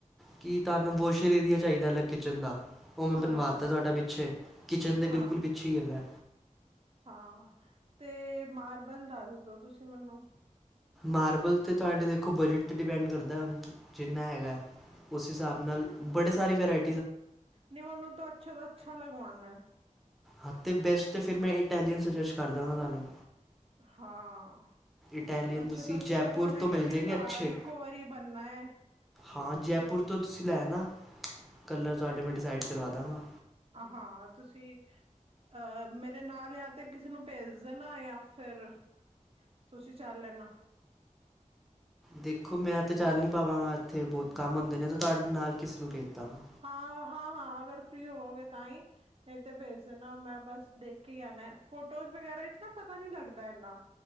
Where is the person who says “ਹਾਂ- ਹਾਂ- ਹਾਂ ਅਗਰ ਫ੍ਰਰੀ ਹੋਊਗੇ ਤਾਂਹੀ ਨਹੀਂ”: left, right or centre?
Right